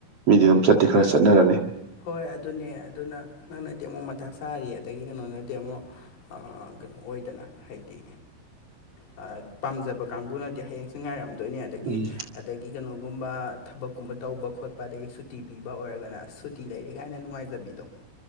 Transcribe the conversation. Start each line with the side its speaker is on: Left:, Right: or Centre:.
Right: ꯃꯤꯗꯤ ꯑꯗꯨꯝ ꯆꯠꯇꯤ ꯈꯔ
Left: ꯍꯣꯏ
Right: ꯆꯠꯅꯔꯅꯤ
Left: ꯍꯣꯏ ꯑꯗꯨꯅꯦ ꯑꯗꯨꯅ ꯅꯪꯅꯗꯤ ꯑꯃꯨꯛ ꯃꯊꯥ ꯁꯥꯥꯔꯤ ꯑꯗꯒꯤ ꯀꯩꯅꯣꯅꯗꯤ ꯑꯃꯨꯛ ꯑꯥ ꯀꯩꯅꯣ ꯑꯣꯏꯗꯅ ꯍꯥꯏꯗꯤ ꯑ ꯄꯥꯝꯖꯕ ꯀꯥꯡꯕꯨꯅꯗꯤ ꯍꯌꯦꯡꯁꯦ ꯉꯥꯏꯔꯝꯗꯣꯏꯅꯦ ꯑꯗꯒꯤ
Right: ꯎꯝ
Left: ꯑꯗꯒꯤ ꯀꯩꯅꯣꯒꯨꯝꯕ ꯊꯕꯛꯀꯨꯝꯕ ꯇꯧꯕ ꯈꯣꯠꯄ ꯑꯗꯒꯤ ꯁꯨꯇꯤ ꯄꯤꯕ ꯑꯣꯏꯔꯒꯅ ꯑꯁꯨꯠ ꯇꯤ ꯂꯩꯔꯦ ꯒꯥꯏꯅ ꯅꯨꯡꯉꯥꯏꯖꯕꯤꯗꯣ